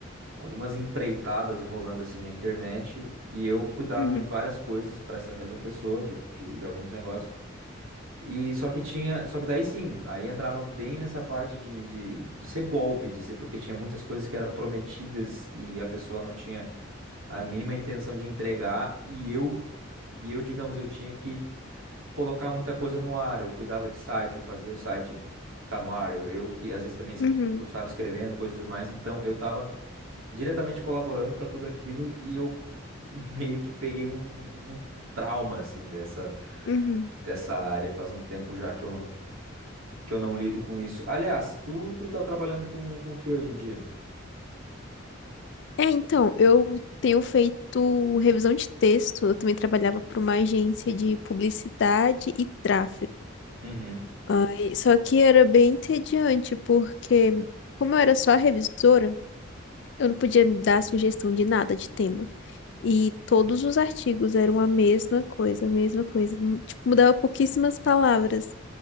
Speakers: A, on the right (about 80°); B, on the left (about 55°).
A: algumas empreitadas rolando assim na internet, e eu cuidava
B: uhum,
A: de várias coisas para essa mesma pessoa, de, de, de alguns negócios. E só que tinha, só que daí sim, aí entrava bem nessa parte de, de, de ser golpe, de ser, porque tinha muitas coisas que eram prometidas e a pessoa não tinha a mínima intenção de entregar e eu e eu, digamos, eu tinha que colocar muita coisa no ar. Eu cuidava de site, eu fazia o site ficar no ar. Eu, eu que às vezes também es-
B: uhum,
A: continuava escrevendo coisas e tudo mais, então eu estava diretamente colaborando para tudo aquilo e eu <laughs> meio que peguei um, um- um trauma assim dessa
B: uhum, uhum.
A: dessa área faz um tempo já que eu que eu não lido com isso. Aliás, tu tu tá trabalhando com com o que hoje em dia?
B: É, então, eu tenho feito revisão de texto. Eu também trabalhava para uma agência de publicidade e tráfego.
A: Uhum.
B: Ai, só que era bem entediante, porque, como eu era só a revisora, eu não podia dar sugestão de nada de tema. E todos os artigos eram a mesma coisa, a mesma coisa. Não- Tipo, mudava pouquíssimas palavras.